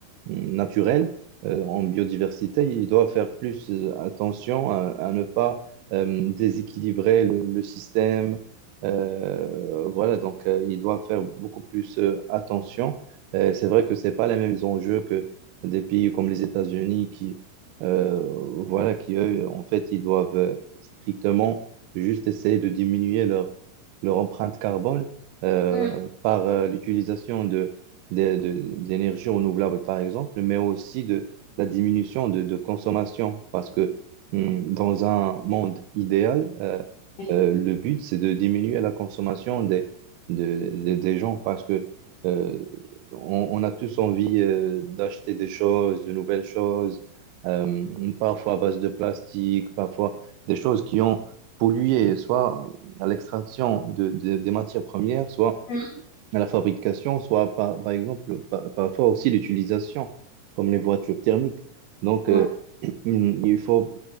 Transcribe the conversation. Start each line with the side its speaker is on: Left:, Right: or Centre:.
Right: naturelle euh, en biodiversité, ils doivent faire plus euh, attention à, à ne pas euh, déséquilibrer le, le système. Euh, voilà, donc euh, ils doivent faire beaucoup plus euh, attention euh, c'est vrai que c'est pas les mêmes enjeux que des pays comme les États-Unis qui, euh, voilà, qui eux, en fait, ils doivent euh, strictement juste essayer de diminuer leur, leur empreinte carbone euh,
Left: Mm,
Right: par euh, l'utilisation de, de- de- d'énergies renouvelables, par exemple, mais aussi de la diminution de, de consommation. Parce que hum, dans un monde idéal, euh,
Left: Oui.
Right: euh, le but, c'est de diminuer la consommation des, de- de- des gens parce que euh, on, on a tous envie euh, d'acheter des choses, de nouvelles choses, euh, parfois à base de plastique, parfois des choses qui ont pollué, soit à l'extraction de, de- des matières premières, soit
Left: mm.
Right: à la fabrication, soit par, par exemple, par- parfois aussi l'utilisation, comme les voitures thermiques. Donc,
Left: Oui,
Right: euh, <clears throat> il faut